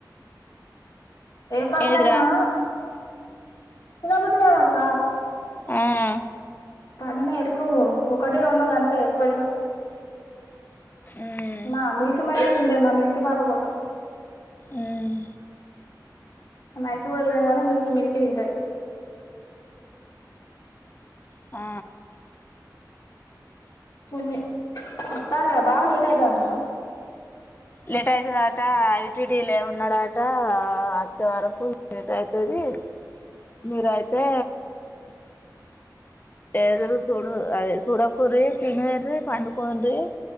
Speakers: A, on the left (about 70°); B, on the left (about 30°).
A: ఏపర్లైనా
B: ఏంటిదిరా
A: తినబుద్ది కాదు అక్క
B: మ్మ్
A: పనుంద ఇప్పుడు ఒకటి రొండు గంతే ఎక్కువ తిన
B: ఉమ్
A: మా మిల్క్ <unintelligible> తింటది మమ్మీ టి పాప కోసం
B: మ్మ్
A: నైస్ కూడ తినదు కానీ మిల్కీ మిల్కీ తింటది
B: ఆ
A: కొన్ని వత్త అన్నడు బాగా లేట్ అయితది అన్నడా
B: లేట్ అయితాదంట ఐ టి డీ లే ఉన్నాడ టా అది ఓచేవరకు లేట్ అయితుది మీరయితే ఎదురు చూడు అద చూడకుర్రి తినర్రి పండుకోన్రి